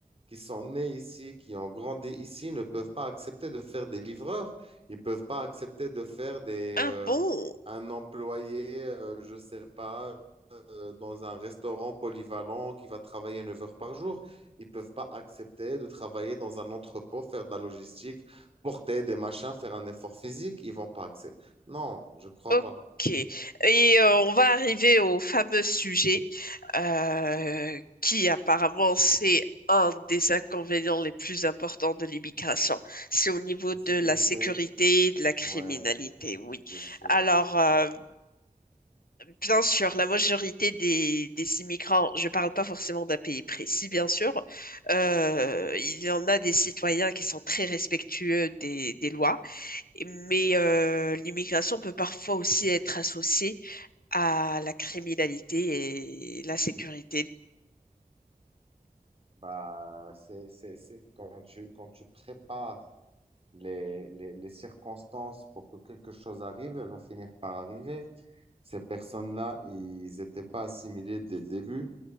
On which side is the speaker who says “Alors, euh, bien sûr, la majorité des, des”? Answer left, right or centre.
Left